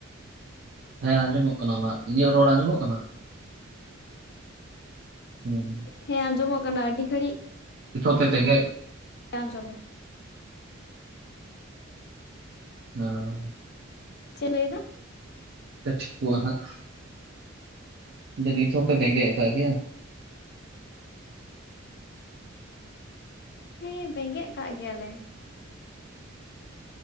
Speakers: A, on the right (about 55°); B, on the left (about 55°).
A: ᱦᱮᱸ ᱟᱸᱡᱚᱢᱚᱜ ᱠᱟᱱᱟ ᱢᱟ ᱤᱧᱟᱹᱜ ᱨᱚᱲ ᱟᱸᱡᱚᱢᱚᱜ ᱠᱟᱱᱟ? ᱦᱩᱸ
B: ᱦᱮᱸ ᱟᱸᱡᱚᱢᱚᱜ ᱠᱟᱱᱟ ᱟᱹᱰᱤ ᱜᱷᱟᱹᱲᱤᱡ
A: ᱛᱮ ᱜᱮ
B: ᱟᱡᱚᱢ <inaudible>
A: <unintelligible>
B: ᱪᱮᱫ ᱞᱟᱹᱭᱫᱟ?
A: <unintelligible> ᱴᱷᱤᱠᱚᱜ-ᱟ ᱦᱟᱜ <unintelligible> ᱱᱤᱛ ᱦᱚᱯᱮ ᱵᱮᱠᱮᱫ ᱠᱟᱜ ᱜᱮᱭᱟ?
B: ᱦᱮᱸ ᱵᱮᱸᱜᱮᱫ ᱠᱟᱜ ᱜᱮᱭᱟᱞᱮ